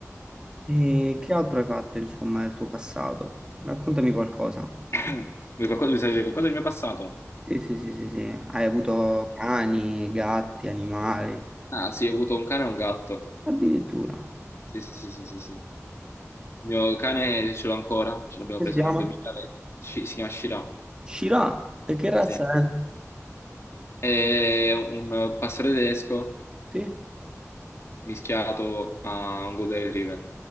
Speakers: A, on the right; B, on the left.
A: E che altro hai fatto, insomma, nel tuo passato? Raccontami qualcosa.
B: <clears throat> Vuoi qualcosa, vuoi sapere qualcosa del mio passato?
A: Sì, sì, sì, sì, sì. Hai avuto cani, gatti, animali,
B: Ah, sì, ho avuto un cane e un gatto.
A: addirittura.
B: Sì, sì, sì, sì, sì, sì. Il mio cane ce l'ho ancora, ce l'abbiamo
A: Come
B: preso
A: si chiama?
B: nel 2020, Sci- si chiama Shira,
A: Shira. E che razza
B: sì.
A: è?
B: È un pastore tedesco
A: Sì?
B: mischiato a un Golden Retriever.